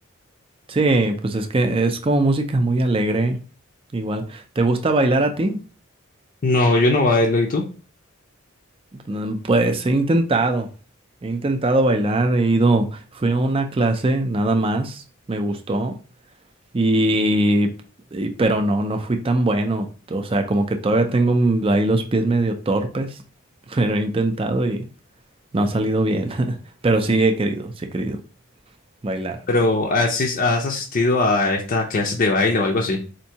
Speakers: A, on the right; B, on the left.
A: Sí, pues es que es como música muy alegre, igual. ¿Te gusta bailar a ti?
B: No, yo no bailo, ¿y tú?
A: Mm, Pues he intentado, he intentado bailar, he ido, fui a una clase nada más, me gustó y, y- pero no, no fui tan bueno. O sea, como que todavía tengo mm, ahí los pies medio torpes, <laughs> pero he intentado y no ha salido bien. <laughs> Pero sí he querido, sí he querido bailar.
B: Pero ¿asis- ¿has asistido a estas clases de baile o algo así?